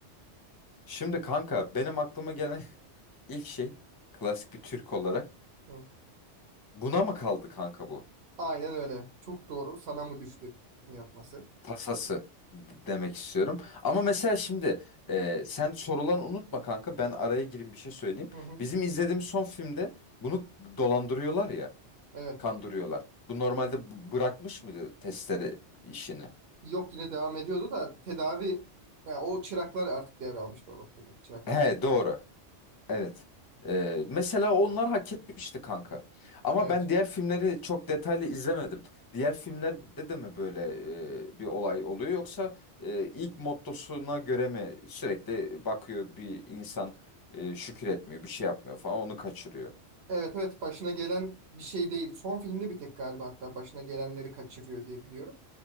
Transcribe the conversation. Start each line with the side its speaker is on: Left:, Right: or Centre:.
Left: Şimdi kanka benim aklıma gelen <laughs> ilk şey klasik bir Türk olarak
Right: Hı.
Left: buna mı kaldı kanka bu?
Right: Aynen öyle. Çok doğru. Sana mı düştü bunu yapması?
Left: Tasası d- demek istiyorum. Ama mesela şimdi e, sen sorulan unutma kanka ben araya gireyim bir şey söyleyeyim.
Right: Hı hı.
Left: Bizim izlediğimiz son filmde bunu dolandırıyorlar ya
Right: Evet.
Left: kandırıyorlar. Bu normalde b- bırakmış mıydı testleri işini?
Right: Yok yine devam ediyordu da tedavi ya o çıraklar artık devralmıştı o noktada. Çıraklarla
Left: He
Right: takılıyordu.
Left: doğru. Evet. Ee, mesela onlar hak etmişti kanka. Ama
Right: Evet.
Left: ben diğer filmleri çok detaylı izlemedim. Diğer filmlerde de mi böyle e, bir olay oluyor yoksa e, ilk mottosuna göre mi sürekli bakıyor bir insan e, şükür etmiyor, bir şey yapmıyor falan onu kaçırıyor.
Right: Evet evet başına gelen bir şey değil. Son filmde bir tek galiba hatta başına gelenleri kaçırıyor diye biliyorum.